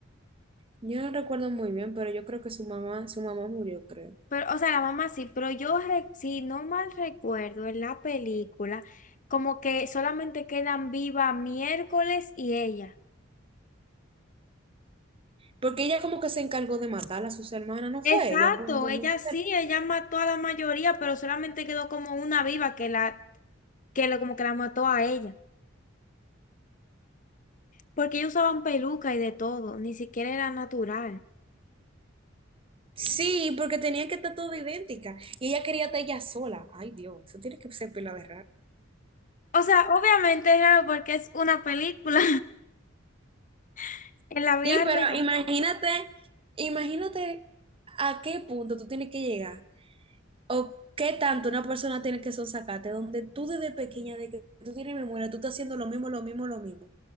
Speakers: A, on the right (about 30°); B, on the left (about 40°).
A: Yo no recuerdo muy bien, pero yo creo que su mamá, su mamá murió, creo.
B: Pero, o sea, la mamá sí, pero yo, re- si no mal recuerdo, en la película, como que solamente quedan viva miércoles y ella.
A: Porque ella como que se encargó de matar a sus hermanas, ¿no fue?
B: Exacto,
A: Ella con, con
B: ella
A: un
B: sí, ella mató a la mayoría, pero solamente quedó como una viva que la, que lo, como que la mató a ella. Porque ellos usaban peluca y de todo, ni siquiera era natural.
A: Sí, porque tenía que estar todo idéntica. Y ella quería estar ella sola. Ay, Dios, eso tiene que ser pila de raro.
B: O sea, obviamente es raro porque es una película <laughs> en la vida
A: Sí, pero
B: real.
A: imagínate, imagínate a qué punto tú tienes que llegar. O qué tanto una persona tiene que sonsacarte, donde tú desde pequeña, de que tú tienes memoria, tú estás haciendo lo mismo, lo mismo, lo mismo.